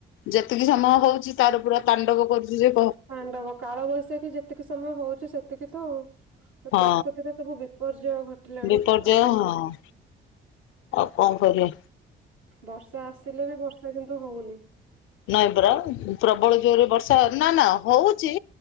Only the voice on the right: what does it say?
ତାଣ୍ଡବ କାଳବୈଶାଖୀ ଯେତିକି ସମୟ ହଉଚି ସେତିକି ତ ଆଉ। ତ
ପ୍ରକୃତିରେ ସବୁ ବିପର୍ଯ୍ୟୟ ଘଟିଲାଣି
ଆଉ କଣ
କରି
ବର୍ଷା ଆସିଲେ ବି ବର୍ଷା କିନ୍ତୁ ହଉନି।